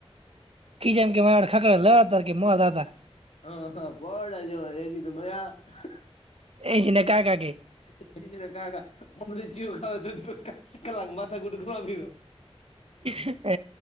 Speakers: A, on the right (about 65°); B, on the left (about 80°).
A: કી જેમ કે, માડ ખાકડા લેવા હતા કે, મોતા હતા‌.
B: હા હા બડા જ એજ ત- <unintelligible>
A: એસી ને કાકા કે
B: એજ કાકામ તો ચીવું ખા તલા માથ ગુટુંક- <unintelligible>
A: હ